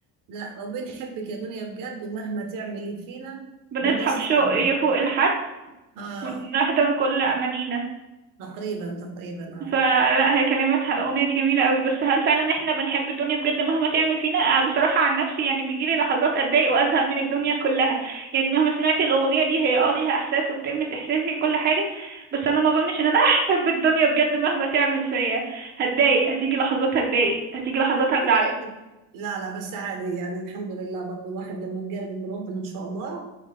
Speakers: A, on the right; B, on the right.
A: لا وبنحبك يا دنيا بجد ومهما تعملي فينا
B: بنصحى
A: بنصحى
B: بشوق فوق الحد
A: اه
B: ونحضن كل أمانينا
A: تقريبا تقريبا اه
B: فلا هي كلماتها الأغنية دي جميلة قوي بس هل فعلا احنا بنحب الدنيا بجد مهما تعمل فينا آه، بصراحة عن نفسي يعني بيجيلي لحظات أتضايق وأزهق من الدنيا كلها يعني مهما سمعت الأغنية دي هي اه ليها إحساس وبتلمس إحساسي وكل حاجة بس أنا ما أظنش إن أنا <laughs> هحب الدنيا بجد مهما تعمل فيا هتضايق هتيجي لحظات هتضايق هتيجي لحظات
A: هتتضايق
B: هزعل
A: لا لا بس عادي يعني الحمد لله برضو الواحد لما بيقرب من ربنا ان شاء الله